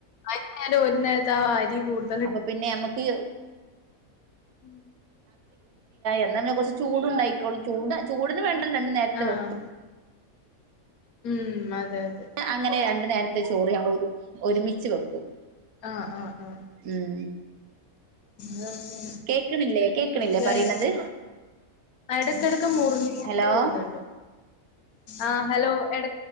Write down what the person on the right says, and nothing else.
അപ്പൊ പിന്നെ നമ്മുക്ക്
എന്നാപിന്നെ കുറച്ച് ചൂടു ഉണ്ടായിക്കോളൂ ചൂട് ചൂടിന് വേണ്ടി രണ്ട് നേരത്ത്
വെക്കും
അങ്ങനെ രണ്ടു നേരത്തെ ചോറ് നമ്മൾ ഒരുമി ഒരുമിച്ച് വെക്കും
ഉം
കേക്കണില്ലേ കേക്കണില്ലേ പറയണത്
ഹലോ